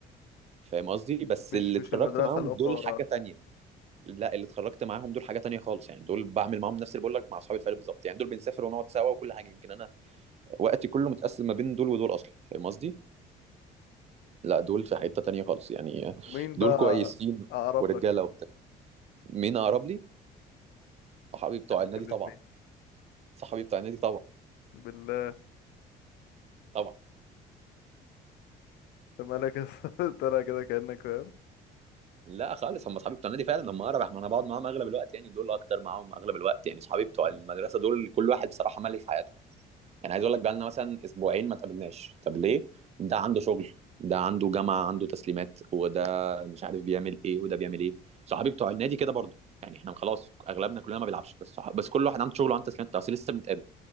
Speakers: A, on the right; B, on the left.
A: فاهم قصدي بس
B: مش
A: اللي
B: مش
A: اتخرجت
B: المدرسه
A: معاهم
B: الاخرى
A: دول حاجه تانية لا اللي اتخرجت معاهم دول حاجه تانية خالص يعني دول بعمل معاهم نفس اللي بقول لك مع اصحابي الفريق بالظبط يعني دول بنسافر ونقعد سوا وكل حاجه يمكن انا وقتي كله متقسم ما بين دول ودول اصلا فاهم قصدي لا دول في حتة تانية خالص يعني
B: مين بقى
A: دول كويسين
B: اقرب
A: ورجالة
B: لك
A: وبتاع مين اقرب لي صحابي بتوع
B: في, ال...
A: النادي
B: في الاتنين
A: طبعا صحابي بتوع النادي طبعا
B: بالله
A: طبعا
B: انت مالك يا اسطى؟ <laughs> طالع كده كأنك فاهم
A: لا خالص هم اصحابي بتوع النادي فعلا هم اقرب احنا انا بقعد معاهم اغلب الوقت يعني دول اكتر معاهم اغلب الوقت يعني اصحابي بتوع
B: مم.
A: المدرسة دول كل واحد بصراحة ملك حياته يعني عايز اقول لك بقالنا مثلا اسبوعين ما تقابلناش طب ليه ده عنده شغل ده عنده جامعه عنده تسليمات وده مش عارف بيعمل ايه وده بيعمل ايه صحابي بتوع النادي كده برضو يعني احنا خلاص اغلبنا كلنا ما بيلعبش بس صح... بس كل واحد عنده شغل وعنده تسليمات بس لسه بنتقابل